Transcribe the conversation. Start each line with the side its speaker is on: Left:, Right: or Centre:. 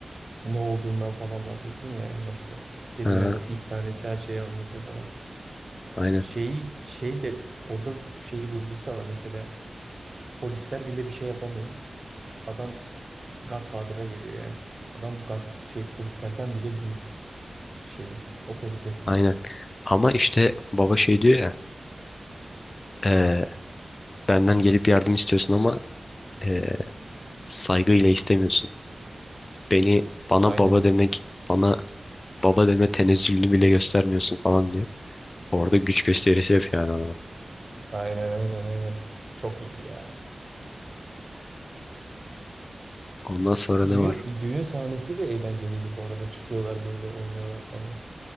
Right: ne olduğundan falan bahsettin ya en başta. Dedin
Left: Ha,
Right: hani ilk sahnesi her şeyi anlatıyor falan.
Left: aynen
Right: Şeyi şey de orada şeyi vurgusu da var. Mesela polisler bile bir şey yapamıyor. Adam Godfather'a geliyor yani. Adam God, şey polislerden bile büyük şeyi, otoritesi.
Left: aynen. Ama işte baba şey diyor ya e, benden gelip yardım istiyorsun ama e, saygıyla istemiyorsun. Beni bana
Right: Aynen.
Left: baba demek bana baba deme tenezzülünü bile göstermiyorsun falan diyor. Orada güç gösterisi yapıyor yani ama.
Right: Aynen aynen aynen. Çok iyiydi ya.
Left: Ondan sonra ne
Right: Düğün
Left: var?
Right: düğün sahnesi de eğlenceliydi bu arada. Çıkıyorlar böyle oynuyorlar falan.